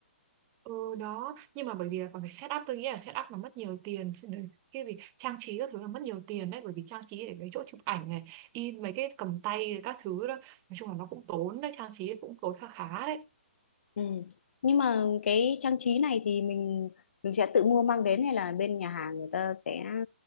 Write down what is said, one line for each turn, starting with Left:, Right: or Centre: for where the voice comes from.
Right: Ừ đó nhưng mà bởi vì là còn phải set up tôi nghĩ là set up nó mất nhiều tiền cái gì trang trí các thứ là mất nhiều tiền đấy bởi vì trang trí để mấy chỗ chụp ảnh này in mấy cái cầm tay các thứ đó nói chung là nó cũng tốn đấy trang trí cũng tốn khá khá đấy
Left: ừ. nhưng mà cái trang trí này thì mình mình sẽ tự mua mang đến hay là bên nhà hàng người ta sẽ